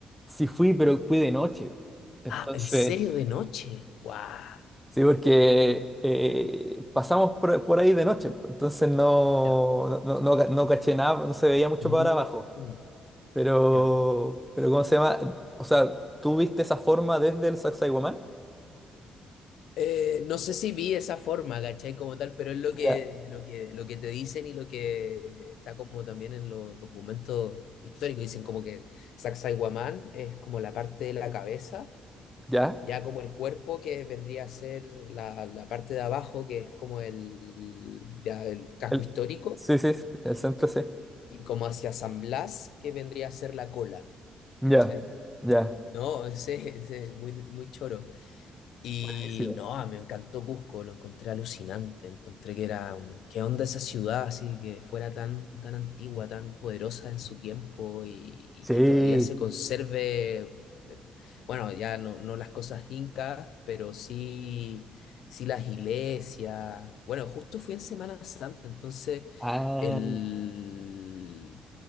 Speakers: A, in the centre; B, on the left.
A: Sí fui, pero fui de noche. po. Entonces,
B: Ah, ¿en serio de noche? ¡Guau!
A: sí, porque eh, pasamos por, por ahí de noche, po. entonces no,
B: Ya.
A: no, no, no ca- no caché nada, no se veía mucho
B: Mm,
A: para abajo. Pero,
B: ya.
A: pero ¿cómo se llama? O sea, ¿tú viste esa forma desde el Sacsayhuamán?
B: Eh, no sé si vi esa forma, ¿cachai? Como tal, pero es lo que,
A: Ya.
B: lo que, lo que te dicen y lo que está como también en los documentos históricos. Dicen como que el Sacsayhuamán es como la parte de la cabeza,
A: ¿Ya?
B: ya como el cuerpo que vendría a ser la, la parte de abajo, que es como el, ya el casco
A: El-
B: histórico,
A: sí, sí, el centro sí.
B: y como hacia San Blas, que vendría a ser la cola,
A: Ya,
B: ¿cachai?
A: ya.
B: No, <laughs> ese ese es muy, muy choro. Y
A: Buenísimo.
B: no, ah, me encantó Cusco, lo encontré alucinante, encontré que era, un- qué onda esa ciudad, así que fuera tan, tan antigua, tan poderosa en su tiempo y, y
A: Sí,
B: que todavía se conserve, eh, bueno, ya no, no las cosas incas, pero sí, sí las iglesias. Bueno, justo fui en Semana Santa, entonces
A: Ah,
B: el...